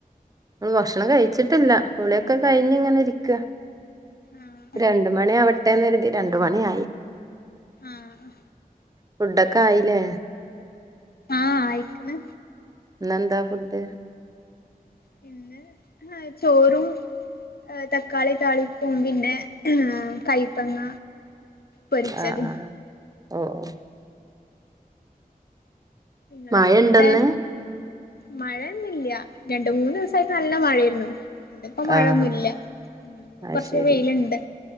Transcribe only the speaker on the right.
ഉം ഭക്ഷണം കഴിച്ചിട്ടില്ല. കുളിയൊക്കെ കഴിഞ്ഞ് ഇങ്ങനെ ഇരിക്ക
രണ്ട് മണി ആവട്ടെന്ന് കരുതി. രണ്ട് മണി ആയി.
ഫുഡൊക്കെ ആയിലേ?
ഇന്നെന്താ ഫുഡ്?
അ ആഹ് ഒ ഓഹ്
മഴണ്ടോന്ന്
ആഹ് അത്
ശരി